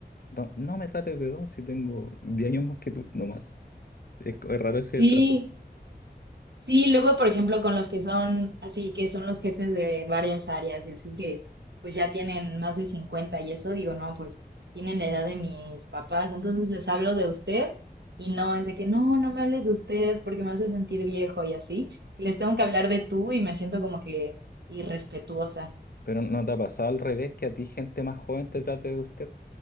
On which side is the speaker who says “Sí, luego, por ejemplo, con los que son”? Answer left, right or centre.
Right